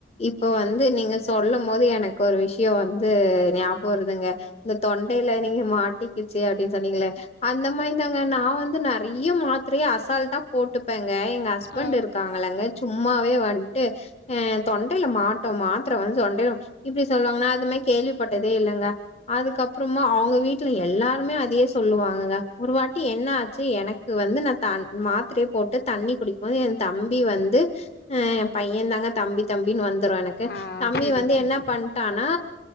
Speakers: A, on the left; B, on the left.
A: இப்ப வந்து நீங்க சொல்லு போது எனக்கு ஒரு விஷயோ வந்து ஞாபக வருதுங்க இந்த தொண்டையில நீங்க மாட்டிக்குச்சு அப்டின்னு சொன்னீங்கள அந்த மாரி தாங்க நா வந்து நெ நெறைய மாத்ரைய அசால்ட்டா போட்டுப்பேங்க எங்க ஹஸ்பண்ட்
B: ஆ
A: இருக்காங்கள்ளங்க சும்மாவே வந் டு அ தொண்டைல மாட்டு மாத்தர வந்து தொண்டைல இப்டி சொல்லுவாங்க நா அத நா கேள்விப்பட்டதே இல்லங்க அதுக்கப்பறமா அவுங்க வீட்ல எல்லாருமே அதையே சொல்லுவாங்கங்க ஒரு வாட்டி என்ன ஆச்சு எனக் கு வந்து நா தண் மாத்ரைய போட்டு தண்ணி குடிக்கும் போது எ தம்பி வந்து அ பைய தாங்க தம்பி தம்பின்னு வந்துரு எனக் கு
B: ஆ
A: தம்பி
B: சரி
A: வந்து
B: சரி
A: என்ன பண்ட்டானா